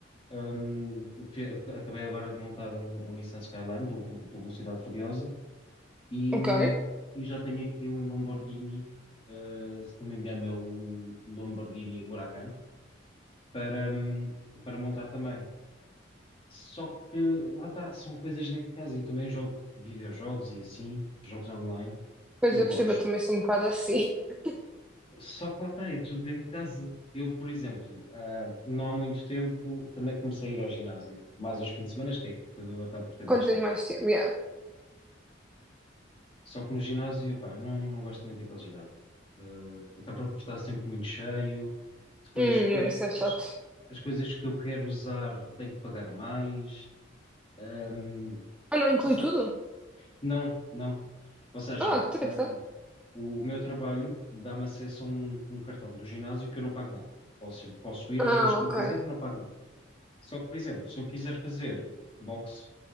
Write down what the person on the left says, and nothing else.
Ahm, fe- acabei agora de montar um, um Nissan Skyline do, Vel- do Velocidade Furiosa E,
e já tenho aqui um Lamborghini, eh, se não me engano é o Lamborghini Huracan, para, hum, para montar também. Só que lá está, são coisas dentro de casa. Eu também jogo videojogos e assim, jogos online,
e
gosto.
Só que lá está, é tudo dentro de casa. Eu, por exemplo, ah, não há muito tempo também comecei a ir ao ginásio, mais aos fins de semana, que é quando eu acabo por ter mais
tempo.
Só que no ginásio, pá, não, não gosto muito daquele ginásio. Eh, acaba por estar sempre muito cheio. Depois,
coi-
as,
as coisas que eu quero usar tenho que pagar mais. Ahm,
ou se-
não, não. Ou seja,
ahm,
o, o meu trabalho dá-me acesso a um, um cartão do ginásio que eu não pago nada. Posso, posso ir
às vezes que
eu quiser e não pago nada. Só que, por exemplo, se eu quiser fazer boxe,